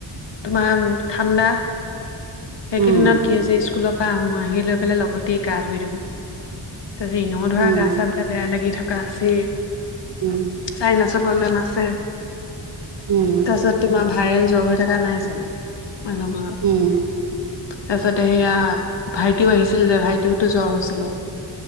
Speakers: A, on the left; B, on the right.
A: তোমাৰ ঠাণ্ডা সেইকেইদিনত
B: উম,
A: কি হৈছে স্কুলৰ পৰা আহো আহি লৈ পেলাই লগতে গা ধুই দিওঁ। তাৰপিছত ইনেও ধৰা
B: উম,
A: গা চা বিলাক বেয়া লাগি থকা আছেই।
B: উম,
A: চাইনাছৰ প্ৰব্লেম আছে,
B: উম।
A: তাৰিছত তোমাৰ ভাইৰেল জ্বৰ হৈ থকা নাই জানোঁ? মানুহবোৰৰ।
B: উম।
A: তাৰপিছতে সেয়া ভাইটিও আহিছিল যে ভাইটিওতো জ্বৰ হৈছিলে।